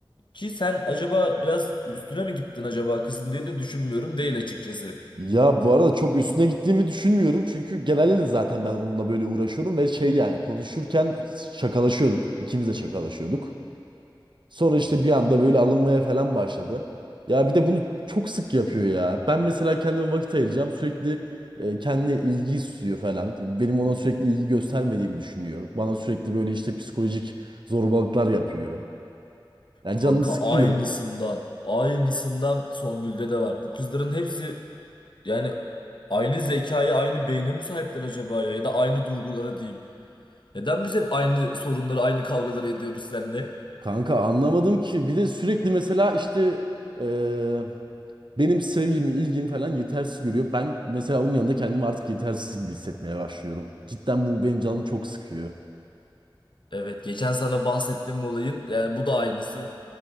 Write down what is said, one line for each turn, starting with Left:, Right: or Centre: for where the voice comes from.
Left: Ki sen acaba biraz üstüne mi gittin acaba kızın diye de düşünmüyorum değil açıkçası.
Right: Ya bu arada çok üstüne gittiğimi düşünmüyorum. Çünkü genelde de zaten ben onunla böyle uğraşıyorum ve şey yani konuşurken şakalaşıyorduk. İkimiz de şakalaşıyorduk. Sonra
Left: Hmm.
Right: işte bir anda böyle alınmaya falan başladı. Ya bir de bunu çok sık yapıyor ya. Ben mesela kendime vakit ayıracağım. Sürekli e, kendine ilgi istiyor falan. Benim ona sürekli ilgi göstermediğimi düşünüyor. Bana sürekli böyle işte psikolojik zorbalıklar yapıyor. Ya
Left: Kanka
Right: canımı sıkıyor.
Left: aynısından. Aynısından Songül'de de var. Bu kızların hepsi yani aynı zekaya, aynı beyne mi sahipler acaba ya? Ya da aynı duygulara diyeyim. Neden biz hep aynı sorunları, aynı kavgaları ediyoruz seninle?
Right: Kanka anlamadım ki. Bir de sürekli mesela işte e, benim sevgimi, ilgimi falan yetersiz görüyor. Ben mesela onun yanında kendimi artık yetersiz gibi hissetmeye başlıyorum. Cidden bu benim canımı çok sıkıyor.
Left: Evet geçen sana bahsettiğim olayın yani bu da aynısı.